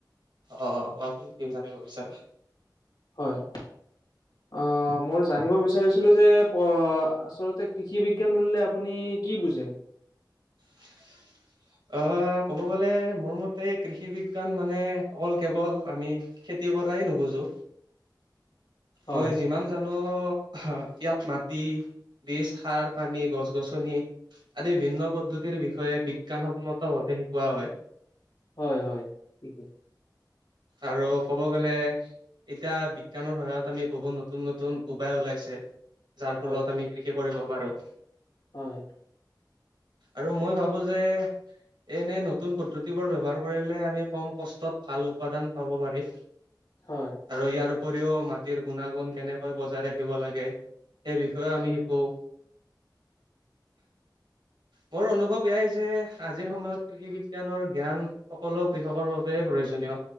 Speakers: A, on the right; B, on the left.
A: অঁ কোৱাচোন কি জানিব বিচাৰা?
B: হয়। অঁ মই জানিব বিচাৰিছিলো যে অ আচলতে কৃষি বিজ্ঞান বুলিলে আপুনি কি বুজে?
A: <inaudible> অ ক'ব গলে মোৰ মতে কৃষি বিজ্ঞান মানে অকল কেৱল আমি খেতি কৰাই নুবুজো।
B: হয়
A: মই যিমান জানো হ, ইয়াত মাটি, বীজ, সাৰ-পানী, গছ-গছনি আদি ভিন্ন পদ্ধতিৰ বিষয়ে বিজ্ঞানসন্মত ভাৱে শিকোৱা হয়।
B: হয় হয় ঠিকে।
A: আৰু ক'ব গলে এতিয়া বিজ্ঞানৰ সহায়ত আমি বহুত নতুন নতুন উপায় ওলাইছে। যাৰ
B: হয়
A: ফলত আমি কৃষি কৰিব পাৰো।
B: হয়।
A: আৰু মই ভাবো যে এনে নতুন পদ্ধতিবোৰ ব্যৱহাৰ কৰিলে আমি কম কষ্টত ভাল উৎপাদন পাব পাৰি। আৰু
B: হয়
A: ইয়াৰ উপৰিও মাটিৰ গুণাগুণ কেনেকৈ বজাই ৰাখিব লাগে সেই বিষ য়ো আমি শিকো। মোৰ অনুভৱ এয়াই যে আজিৰ সময়ত কৃষি বিজ্ঞানৰ জ্ঞান সকলো কৃষকৰ বাবে প্ৰয়োজনীয়।